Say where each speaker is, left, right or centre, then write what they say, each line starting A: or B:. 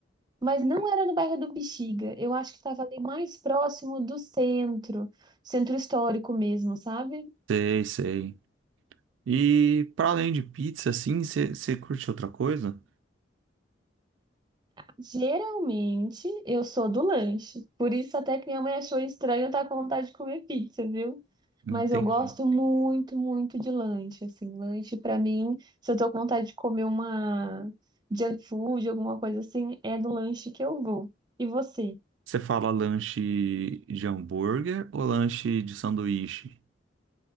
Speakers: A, on the right; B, on the right.
A: Mas não era no bairro do Bexiga. Eu acho que estava ali mais próximo do centro, centro histórico mesmo, sabe?
B: Sei, sei. E para além de pizza, assim, você você curte outra coisa?
A: Geralmente eu sou do lanche. Por isso até que minha mãe achou estranho eu estar com vontade de comer pizza, viu?
B: Entendi.
A: Mas eu gosto muito, muito de lanche, assim, lanche pra mim, se eu tô com vontade de comer uma junk food, alguma coisa assim, é no lanche que eu vou. E você?
B: Você fala lanche de hambúrguer ou lanche de sanduíche?